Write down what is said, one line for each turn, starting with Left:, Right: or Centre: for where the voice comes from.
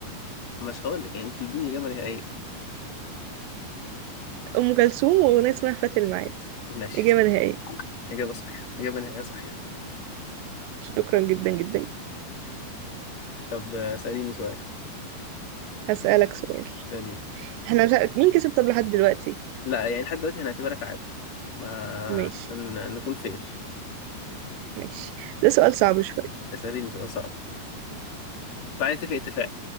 Left: مش هقول لك يعني انت اديني إجابة نهائية
Right: أم كلثوم وأغنية اسمها فات الميعاد
Left: ماشي
Right: إجابة نهائية
Left: إجابة صحيحة إجابة نهائية صحيحة
Right: شكرا جدا جدا
Left: طب آه، اسأليني سؤال
Right: هسألك سؤال
Left: سليم
Right: احنا مش عارف مين كسب طب لحد دلوقتي
Left: لا يعني لحد دلوقتي هنعتبرها تعادل ما
Right: ماشي
Left: عشان نكون فير
Right: ماشي ده سؤال صعب شوية
Left: اسأليني سؤال صعب تعالى نتفق اتفاق